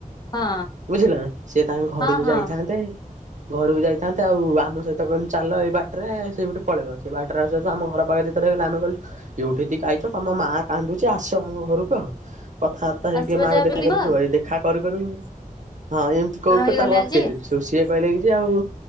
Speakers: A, on the left (about 30°); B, on the right (about 60°).
A: ହଁ
B: ବୁଝିଲ ସିଏ ତାଙ୍କ
A: ହଁ
B: ଘରକୁ
A: ହଁ
B: ଯାଇଥାନ୍ତେ। ଘରୁକୁ ଯାଇଥାନ୍ତେ ଆଉ ଆମ ସହିତ କ ଚାଲ ଏଇ ବାଟରେ ସେଇଟେ ପଳେଇବ ସେଇ ବାଟରେ ଆ ସତ ଆମ ଘର ପାଖରେ। ଆମେ କହୁଉଠିିକି ଖାଇଛ ତମ ମା- କାନ୍ଦୁଛି ଆସ ଆମ ଘରକୁ ଆଉ କଥାବାର୍ତ୍ତା ହେଇକି
A: ଆସିବ
B: ମାଆ
A: ଯାହା
B: କୁ ଦେଖା
A: ବୁଲିବ
B: କରିକି
A: ଆଉ
B: <unintelligible> ଖା କରୁ କରୁ ହଁ ଏମିତି କହୁ
A: ରହିଗଲେ
B: କ ତାଙ୍କୁ ଅଟକେଇଦେଲି।
A: ଆଜି
B: ସୋ ସିଏ କହିଲେ କି ଯେ ଆଉ